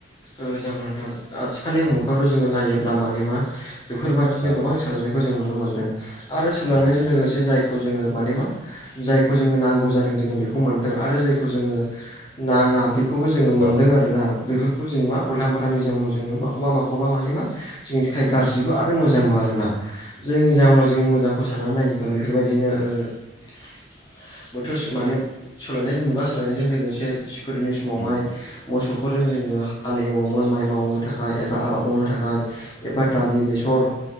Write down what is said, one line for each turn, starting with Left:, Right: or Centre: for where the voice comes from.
Left: ओ जागोन नोंथां आथिखालनि मुगायावथ'
Right: औ
Left: जोङो नायोब्ला माने मा बेफोरबायदिनो
Right: औ
Left: गोबां सोलायनायखौ जों नुनो मोन्दों आरो सोलोंनायजों
Right: उम
Left: लोगोसे जाय खौ जोङो माने मा जायखौ जोङो नांगौ जादों जोङो बेखौ मोनदों आरो जायखौ जोङो नाङा बेखौबो जोङो मोनदों
Right: औ
Left: आरोना बेफोरखौ जोङो मा उल्था फाल्थानि जाउनाव जोङो माखौबा माखौबा मानि मा जोंनि थाखाय गाज्रिबो आरो मोजांबो आरोना। जोंनि जाहोनाव जोङो मोजांखौ साननानै नायोबा बेफोरबायदिनो ओ बोथोरस माने सोलायनायजों मुगा सोलायनायजों लोगोसे सि गोदोनि समावहाय
Right: उम
Left: मोसौफोरजों जोङो हाल एवोमोन माइ मावनो थाखाय एबा आबाद मावनो थाखाय एबा दालि बेसर ओ